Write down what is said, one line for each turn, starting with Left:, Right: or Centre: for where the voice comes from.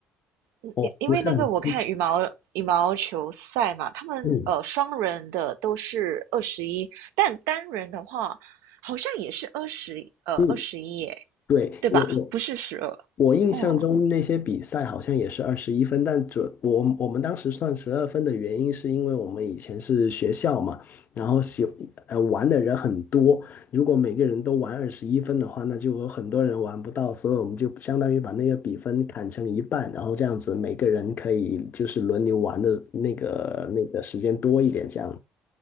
Right: 嗯因因为那个我看羽毛羽毛球赛嘛，
Left: 我不是很清
Right: 他们呃双人的都是二十一，
Left: 嗯
Right: 但单人的话好像也是二十，呃，
Left: 嗯，
Right: 二十一耶，
Left: 对，
Right: 对吧？
Left: 我我
Right: 不是十二，
Left: 我印象中那些比赛好像也是二十一分，
Right: 嗯。
Left: 但准我我们当时算十二分的原因是因为我们以前是学校嘛，然后喜呃玩的人很多，如果每个人都玩二十一分的话，那就有很多人玩不到，所以我们就相当于把那个比分砍成一半，然后这样子每个人可以就是轮流玩的那个那个时间多一点，这样。